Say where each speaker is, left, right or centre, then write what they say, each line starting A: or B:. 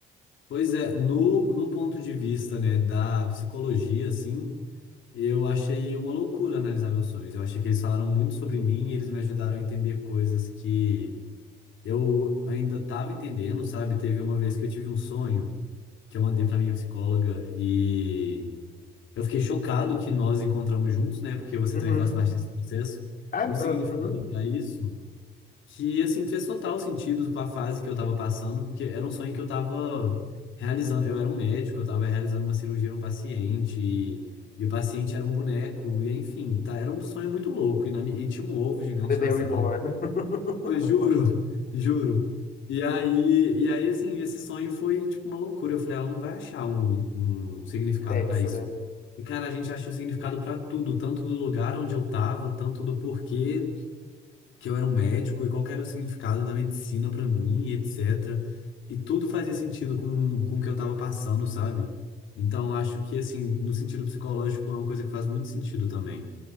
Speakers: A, on the left; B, on the left.
A: Pois é, no, no ponto de vista, né, da psicologia, assim, Eu achei uma loucura analisar meus sonhos. Eu achei que eles falaram muito sobre mim e eles me ajudaram a entender coisas que eu ainda estava entendendo, sabe? Teve uma vez que eu tive um sonho que eu mandei para minha psicóloga e eu fiquei chocado que nós encontramos juntos, né? Porque você
B: Uhum.
A: também faz parte desse processo.
B: Ah,
A: Um
B: uhum.
A: significado para isso. Que, assim, fez total sentido com a fase que eu tava passando, porque era um sonho que eu tava realizando. Eu era um médico, eu tava realizando uma cirurgia num paciente, e, e o paciente era um boneco, e enfim, tá, era um sonho muito louco. E, na mi- e tinha um ovo gigante
B: Bebê
A: na sala.
B: reborn. <laughs>
A: Eu juro, <laughs> juro. E aí, e aí, assim, esse sonho foi, tipo, uma loucura. Eu falei, ela não vai achar um, um significado
B: Nexo,
A: pra isso.
B: né?
A: E, cara, a gente achou significado pra tudo, tanto do lugar onde eu tava, tanto do porquê que eu era um médico e qual que era o significado da medicina pra mim, etc. E tudo fazia sentido com, com o que eu tava passando, sabe? Então acho que, assim, no sentido psicológico é uma coisa que faz muito sentido também.